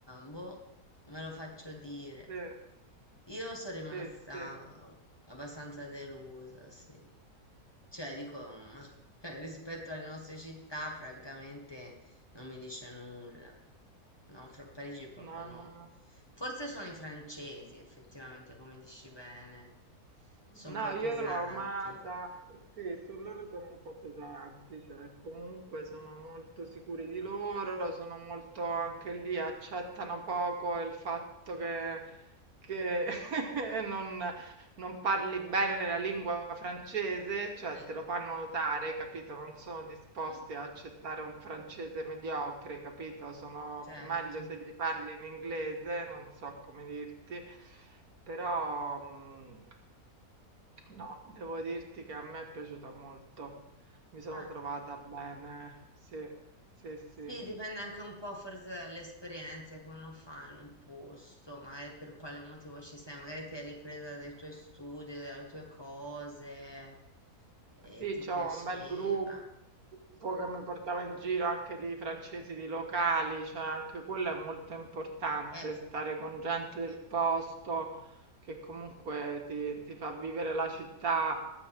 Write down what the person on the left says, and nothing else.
boh, me lo faccio dire.
Io sono rimasta
abbastanza delusa, sì. Cioè, dico, ma <laughs> cioè, rispetto alle nostre città, francamente, non mi dice nulla. No, fra Parigi proprio
no.
Forse sono i francesi, effettivamente, come dici bene. Sono
un po'
pesanti.
Eh,
mm,
certo.
Eh.
Sì, dipende anche un po' forse dalle esperienze che uno fa in un posto, magari per quale motivo ci sei, magari ti hai ripresa dai tuoi studi, dalle tue cose e
ti
piaceva.
Eh,